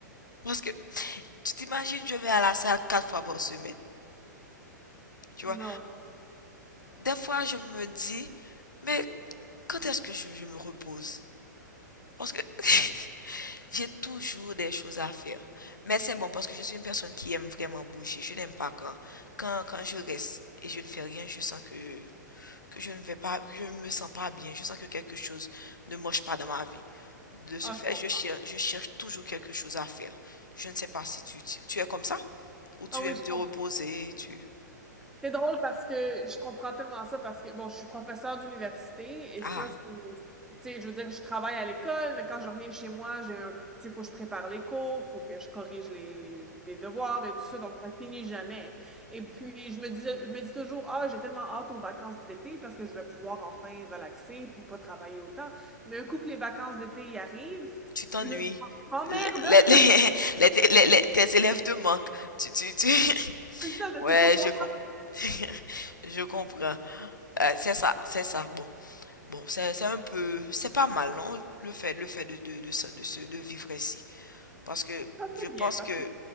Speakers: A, on the left (about 80°); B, in the centre.
A: Parce que tu t'imagines, je vais à la salle quatre fois par semaine, tu vois.
B: Non.
A: Des fois, je me dis, mais quand est-ce que je, je me repose? Parce que <laughs> J'ai toujours des choses à faire. Mais c'est bon parce que je suis une personne qui aime vraiment bouger. Je n'aime pas quand, quand, quand je reste et je ne fais rien, je sens que, que je ne vais pas, que je ne me sens pas bien. Je sens que quelque chose ne marche pas dans ma vie. De ce
B: Ah,
A: fait,
B: je comprends.
A: je cherche, je cherche toujours quelque chose à faire. Je ne sais pas si tu, tu, tu es comme ça ou tu
B: Ah oui,
A: aimes
B: je
A: te
B: comprends.
A: reposer, tu...
B: C'est drôle parce que je comprends tellement ça parce que, bon, je suis professeure d'université et
A: Ah,
B: ça, c'est, tu sais, je veux dire, je travaille à l'école, mais quand je reviens chez moi, j'ai un, tu sais, faut que je prépare les cours, faut que je corrige les, les, les devoirs et tout ça, donc ça finit jamais. Et puis, je me dis, je me dis toujours, ah, j'ai tellement hâte aux vacances d'été parce que je vais pouvoir enfin relaxer puis pas travailler autant. Mais un coup que les vacances d'été y arrivent,
A: tu t'ennuies.
B: le... oh
A: Les,
B: merde!
A: les,
B: <laughs>
A: les- les- les- les- tes élèves te manquent. Tu, tu, tu... <laughs>
B: C'est ça, je
A: Ouais,
B: sais pas quoi
A: je comprends. <laughs> Je comprends. Euh, c'est ça, c'est ça. Bon, bon, c'est c'est un peu, c'est pas mal, non, le fait, le fait de de de se- de, se- de vivre ici, parce que
B: faire
A: je
B: C'est
A: pense
B: bien parce
A: que